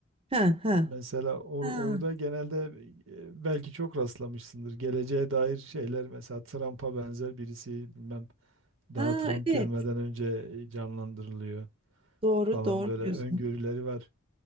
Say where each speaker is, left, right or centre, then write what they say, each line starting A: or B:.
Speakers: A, on the right (about 25°); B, on the right (about 80°).
A: Hı hı.
B: Mesela or-
A: Ha,
B: orada genelde e, belki çok rastlamışsındır. Geleceğe dair şeyler mesela Trump'a benzer birisi bilmem daha
A: ha,
B: Trump
A: evet.
B: gelmeden önce e, canlandırılıyor
A: Doğru,
B: falan
A: doğru
B: böyle
A: diyorsun.
B: öngörüleri var.